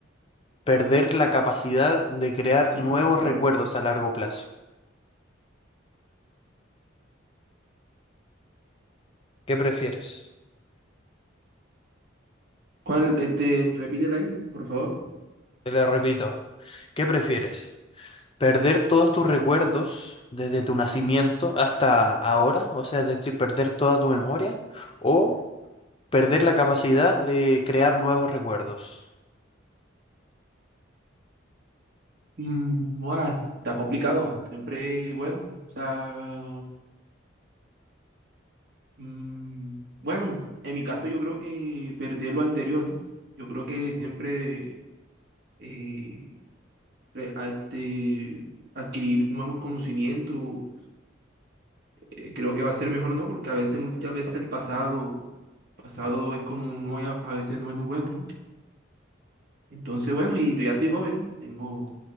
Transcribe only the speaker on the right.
sí,
¿aló?
¿Cuál, este, repítela ahí, por favor?
Mm,
mm, ah, está complicado, siempre, bueno, o sea, Mm, bueno, en mi caso yo creo que perder lo anterior, ¿no? Yo creo que siempre eh, re- a- este, adquirir nuevos conocimientos eh, creo que va a ser mejor, ¿no? Porque a veces, muchas veces el pasado, el pasado es como no, es- a veces no es muy bueno, ¿no? Entonces, bueno, y ya estoy joven, ¿no? Tengo,